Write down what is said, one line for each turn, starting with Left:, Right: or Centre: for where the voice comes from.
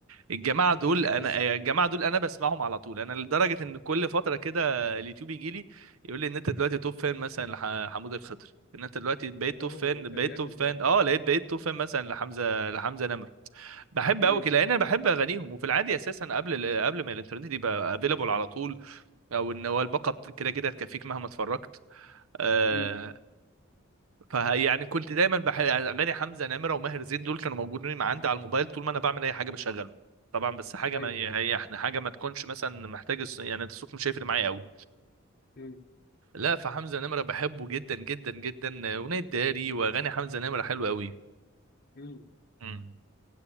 Right: الجماعة
Left: انت
Right: دول
Left: في الحته
Right: انا
Left: الصح
Right: الجماعة دول انا بسمعهم على طول انا لدرجة ان كل فترة كده اليوتيوب يجي لي يقول لي ان انت دلوقتي توب فان مثلا لحمود الخضر ان انت دلوقتي بقيت
Left: اوه
Right: توب فان
Left: ده
Right: بقيت
Left: جامد
Right: توب فان
Left: ده
Right: اه لقيت بقيت توب فان مثلا لحمزة لحمزة نمرة بحب
Left: امم
Right: قوي كده لان انا بحب اغانيهم وفي العادي اساسا قبل ال- قبل ما الانترنت يبقى افيلابل على طول او ان هو الباقة بت- كده كده هتكفيك مهما اتفرجت آه
Left: امم
Right: فيعني كنت دايما بحب اغاني حمزة نمرة وماهر زين دول كانوا موجودين عندي على الموبايل طول ما انا بعمل اي حاجة بشغلهم طبعا بس حاجة
Left: ايوه
Right: ما هي احنا حاجة ما تكونش مثلا محتاج الص- يعني الصوت مش هيفرق معايا قوي
Left: مم.
Right: لا فحمزة نمرة بحبه جدا جدا جدا أغنية داري وأغاني حمزة نمرة حلوة قوي
Left: مم.
Right: امم